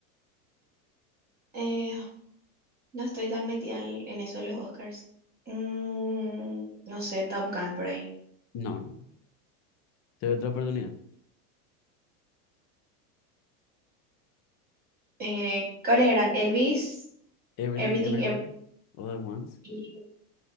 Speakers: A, on the right; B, on the left.
A: Eh, no estoy tan metida en, en eso de los Oscars. Mm, no sé, Top Gun por ahí.
B: No, no. Te doy otra oportunidad.
A: Eh, ¿cuáles eran? Elvis,
B: Everything
A: Everything,
B: Everywhere All at Once.
A: Everything,